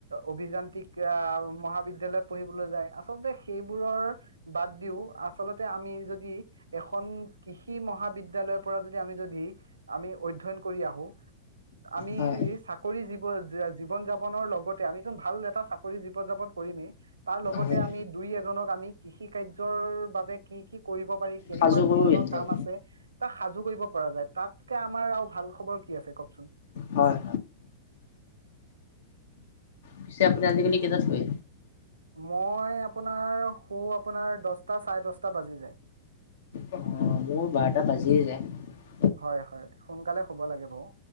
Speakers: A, on the right (about 80°); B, on the left (about 65°).
A: অভিযান্ত্ৰিক আহ মহাবিদ্যালয়ত পঢ়িবলৈ যায় আচলতে সেইবোৰৰ বাদ দিও আচলতে আমি যদি এখন। কৃষি মহাবিদ্যালয়ৰ পৰা যদি আমি যদি আমি অধ্যয়ন কৰি আহো। আমি
B: হয়
A: এই চাক পৰিজীন যাপনৰ লগতে আম ভাল এটা চাকৰি জীৱন যাপন কৰিমেই তাৰ লগতে
B: হয়
A: আমি দুই এজনক আমি কৃষি কাৰৰ বাবে কি কৰিব পাৰি কেনেকুৱা
B: সাজু কৰোঁ
A: ধৰণৰ
B: দিয়ক।
A: কাম আছে। তাক সাজু কৰিব পৰা যায় তাতকে আমাৰ আৰু ভাল খবৰ কি আছে কওকচোন।
B: হয়। পিছে আপুনি আজিক কালি কেইটাত সুৱে।
A: মই আপোনাৰ শো আপোনাৰ দছটা চাৰে দহটা বাজি যায়।
B: অ মোৰ বাৰটা বাজিয়ে যায় ।
A: হয় -হয় সোনকালে হব লাগে বাৰু।